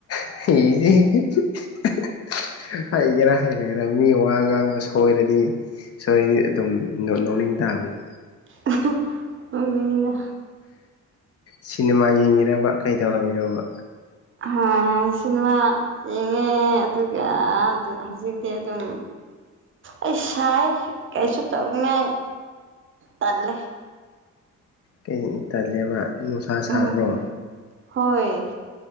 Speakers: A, on the left; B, on the right.
A: <unintelligible> ꯍꯩꯒꯦꯔꯥ ꯍꯩꯔꯣꯏꯔꯥ ꯃꯤ ꯋꯥ ꯉꯥꯡꯕ ꯁꯣꯏꯔꯗꯤ ꯁꯣꯏ ꯑꯗꯨꯝ ꯅ‌ꯣ ꯅꯣꯛꯅꯤꯡ ꯇꯥꯕꯅꯦ
B: ꯅ‌ꯣꯛꯅꯤꯡꯉꯤꯗ
A: ꯁꯤꯅꯦꯃꯥ ꯌꯦꯡꯉꯤꯔꯕ ꯀꯩꯗꯧꯔꯝꯃꯤꯅ‌ꯣꯕ
B: ꯍꯥ ꯁꯤꯃꯥ ꯌꯦꯡꯉꯦ ꯑꯗꯨꯒ ꯍꯧꯖꯤꯛꯇꯤ ꯑꯗꯨꯝ ꯑꯩ ꯁꯥꯏꯌ‌ꯦ ꯀꯩꯁꯨ ꯇꯧꯅꯤꯡꯉꯥꯏ ꯇꯜꯂꯦ
A: ꯀꯩ ꯇꯜꯂꯦꯕ ꯅꯨꯡꯁꯥ ꯁꯥꯕ꯭ꯔꯣ
B: ꯎꯝ ꯍꯣꯏ